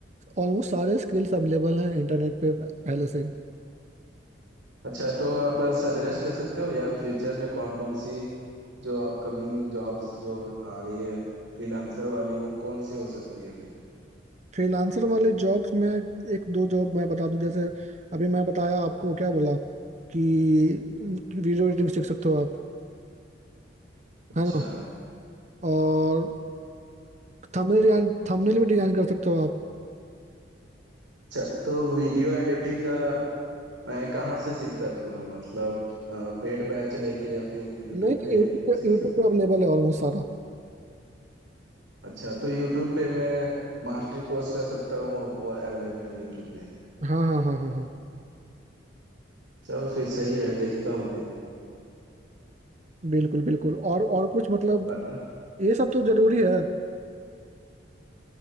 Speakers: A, on the right (about 35°); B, on the right (about 80°).
A: ऑलमोस्ट सारे स्किल्स अवेलेबल हैं इंटरनेट पे पहले से
B: अच्छा तो आप सजेस्ट कर सकते हो यार फ्यूचर में कौन कौन सी जो अपकमिंग जॉब्स जो आ रही है फ्रीलांसर वाली वो कौन सी हो सकती है फिर
A: फ्रीलांसर वाले जॉब्स में एक दो जॉब मैं बता दूं जैसे अभी मैं बताया आपको क्या बोला कि वीडियो एडिटिंग सीख सकते हो आप
B: अच्छा
A: है ना और थंबनेल डिजाइन थंबनेल भी डिजाइन कर सकते हो आप
B: अच्छा तो वीडियो एडिटिंग का मैं कहाँ से सीख सकता हूँ मतलब अ, पेड बैच लेके या फिर यूट्यूब
A: नहीं नहीं
B: पे
A: यूट्यूब पे
B: सीख
A: यूट्यूब
B: सकता
A: पे अवेलेबल
B: हूँ
A: है ऑलमोस्ट सारा
B: अच्छा तो यूट्यूब पे मैं मास्टरी कोर्स कर सकता हूँ वो अवेलेबल है यूट्यूब पे
A: हाँ हाँ हाँ हाँ हाँ
B: चलो फिर सही है देखता हूँ फिर
A: बिल्कुल बिल्कुल और और कुछ मतलब
B: पर,
A: ये सब तो जरूरी है